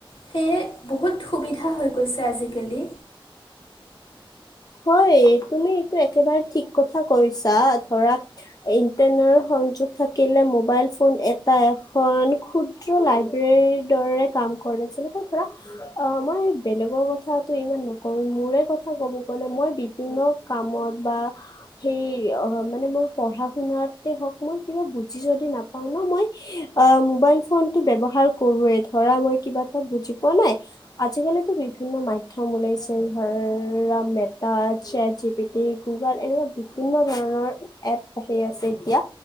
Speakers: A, on the left; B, on the left.
A: সেয়ে বহুত সুবিধা হৈ গৈছে আজিকালি।
B: হয়, তুমি এইটো একেবাৰে ঠিক কথা কৈছা। ধৰা ইণ্টাৰনেট সংযোগ থাকিলে মোবাইল ফোন এটা এখন ক্ষুদ দ্ৰ লাইব্ৰেৰীৰ দৰে কাম কৰে। যেনেকৈ ধৰা অ', মই বেলেগৰ কথাটো ইমান নকম মোৰে কথা ক'ব গ'লে মই বিভিন্ন কামত বা সেই অ' মানে মোৰ পঢ়া শুনাতে হওঁক মই কিবা বুজি যদি নাপাওঁ ন মই অ', মোবাইল ফোনটো ব্যৱহাৰ কৰোৱে ধৰা মই কিবা এটা বুজি পোৱা নাই। আজিকালিতো বিভিন্ন মাধ্যম ওলাইছে ধৰা Meta, set G P T, Google এনেকুৱা বিভিন্ন ধৰণৰ এপ আহি আছে এতিয়া।